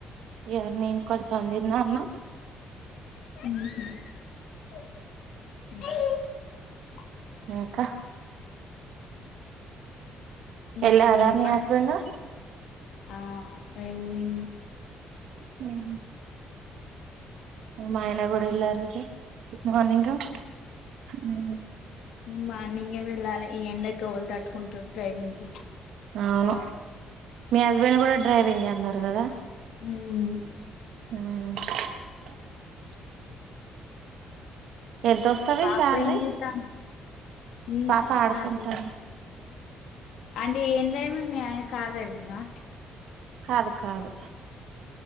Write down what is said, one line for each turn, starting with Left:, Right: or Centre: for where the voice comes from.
Right: ఎవరు మీ ఇంట్క్ కొ మన్ తిన్నన్నవ్
Left: అ
Right: ఇంకా
Left: మీరే
Right: ఎల్లారా
Left: చెప్పాలి
Right: మీ హస్బెండు
Left: ఆ వెళ్ళి
Right: హుమ్ మాయన గుడా ఎల్లారు ఉ మార్నింగ్ ఆ ఊ
Left: మార్నింగే వెళ్ళాలే ఈ ఎండకెవల్ దట్ ఉంటరు డ్రైవింగ్ కి
Right: అవును మీ హస్బెండ్ గుడ డ్రైవింగే అన్నరు గదా
Left: ఉమ్
Right: హా ఎంత వస్తది
Left: పాప
Right: శాలరీ
Left: ఏం చేస్తాంది మ్మ్
Right: పాప ఆడుకుంటాంది
Left: అది అది ఏం మీ ఆయన కార్ డ్రైవింగా
Right: కాదు కాదు